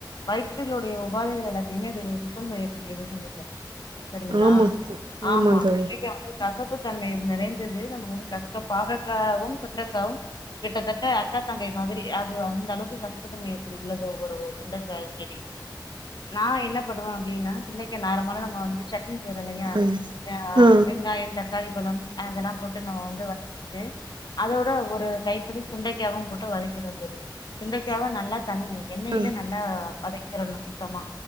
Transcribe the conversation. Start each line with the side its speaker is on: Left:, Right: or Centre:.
Left: வயித்துளுடைய உபாதைகள எல்லத்தையுமே அது சுத்தோ செய்யக்கூடியது சுண்டைக்கா சரிங்களா
Right: ஆமா தோ
Left: ஆமா
Right: தோழி
Left: சுண்டைக்கா வந்து கசப்பு தன்மை நிறைந்தது நமக்கு வந்து கசப் இந்த பாகக்காவும் சுண்டக்காவும் கிட்டத்தட்ட அக்கா தங்கை மாதிரி அது அந்த அளவுக்கு கசப்பு தன்மை உள்ளது ஒவ்வொரு ஒரு சுண்டைகாய் டி நா என்ன பண்ணுவ அப்டின்னா சுன்டைக்கா நார்மாலா நம்ப வந்து சட் னி செய்றோ இல்லையா
Right: ஆ
Left: அ
Right: ஆ
Left: வெங்காயம் தக்காளி பழம் அதெல்லா போட்டு நம்ம வந்து வதக்கிட்டு அதோட ஒரு கைப்பிடி சுண்டைக்காவு போட்டு வதக்கிருவ தோழி சுண்டைக்காவா நல்லா தண்ணி எண்ணெயில
Right: ஆ
Left: நல்லா வதைக்கிறணு சுத்தமா